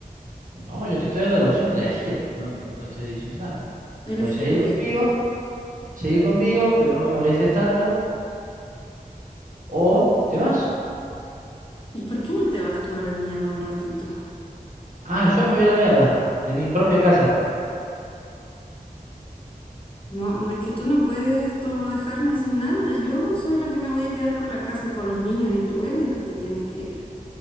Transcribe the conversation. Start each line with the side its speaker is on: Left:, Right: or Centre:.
Right: No, yo te estoy dando la opción de elegir, no, no te estoy diciendo nada.
Left: ¿Elegir
Right: Puedes seguir
Left: qué?
Right: conmigo, seguir conmigo, pero no me molestes tanto, o te vas.
Left: ¿Y por qué no te vas tú a la mierda un ratito?
Right: Ah, yo me voy a la mierda, de mi propia casa.
Left: No, no, es que tú no puedes esto dejarme sin nada. Yo soy la que me voy a quedar con la casa y con los niños y tú eres el que te tienes que ir.